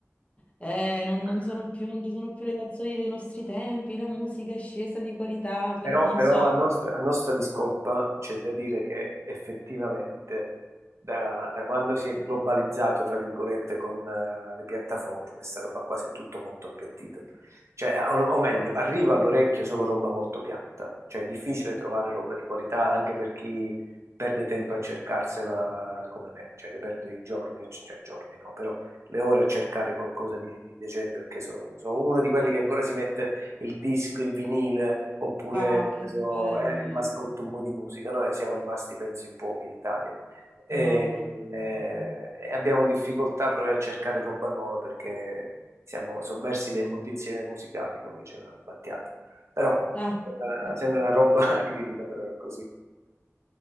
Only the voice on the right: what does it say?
<laughs>
Però,
però
a nostra, a nostra discolpa c'è da dire che effettivamente da, da quando si è globalizzato, tra virgolette, con eh, le piattaforme, sta roba qua si è tutto molto appiattito. Cioè, o, o meglio, arriva all'orecchio solo roba molto piatta. Cioè, è difficile trovare roba di qualità anche per chi perde tempo a cercarsela come me, cioè che perdo i giorni, cioè giorni no, però le ore a cercare qualcosa di decente perché sono, sono uno di quelli che ancora si mette il disco, il vinile, oppure
che
ne so,
eh, il mascotto un po' di musica. Noi siamo rimasti, penso, in pochi in Italia. E,
eh,
e abbiamo difficoltà proprio a cercare roba nuova perché siamo sommersi da immondizie musicali, come diceva Battiato. Però
eh,
sembra una roba <laughs> critica, però è così.